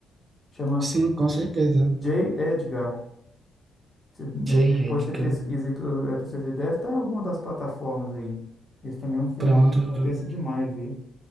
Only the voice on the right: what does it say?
Sim, com certeza.
Jay,
Edgar,
pronto.
tu-